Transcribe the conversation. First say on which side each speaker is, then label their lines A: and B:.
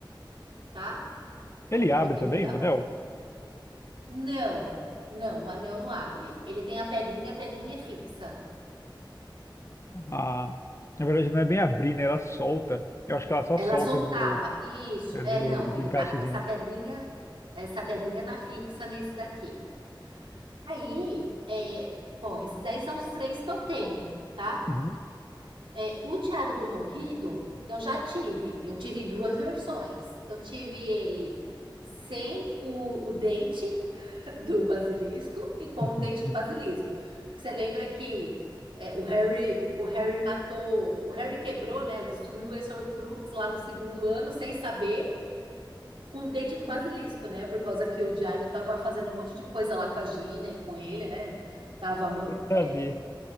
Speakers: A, on the right (about 85°); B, on the left (about 35°).
A: tá?
B: Ele
A: Aí vai
B: abre
A: depender
B: também
A: da
B: o
A: mão.
B: anel?
A: Não, não, o anel não abre. Ele tem a pedrinha, a pedrinha é fixa.
B: Ah, na verdade, não é bem abrir, né? Ela solta. Eu acho que ela só
A: Ela
B: solta
A: soltava.
B: do,
A: Isso,
B: é
A: é,
B: do,
A: não,
B: do
A: ele
B: encaixezinho.
A: tá, essa pedrinha, essa pedrinha tá fixa nesse daqui. Aí, é, bom, esses aí são os três que eu tenho, tá?
B: Uhum.
A: É, o Diário do Tom Riddle, eu já tive. Eu tive duas versões. Eu tive ele sem o, o dente, do basilisco e com
B: <laughs>
A: o dente do basilisco. Você lembra que é, o Harry, o Harry matou, o Harry quebrou, né? Destruiu o Horcrux lá no segundo ano sem saber com o dente do basilisco, né? Por causa que o Diário tava fazendo um monte de coisa lá com a Gina e com ele, né? Tava, mo-
B: Bem saber.
A: é,